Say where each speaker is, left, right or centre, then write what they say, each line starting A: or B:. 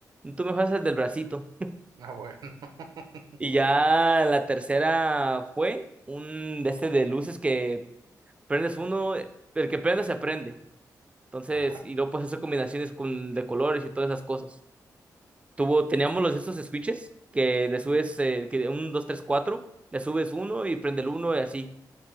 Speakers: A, on the right; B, on the right.
A: tú mejoras el del bracito.
B: Ah, bueno. <laughs>
A: Y ya la tercera fue un de este de luces que prendes uno, el que prende se aprende. Entonces,
B: Ajá.
A: y luego pues hacer combinaciones con, de colores y todas esas cosas. Tuvo, teníamos los estos switches que le subes, eh, que un, dos, tres, cuatro, le subes uno y prende el uno y así.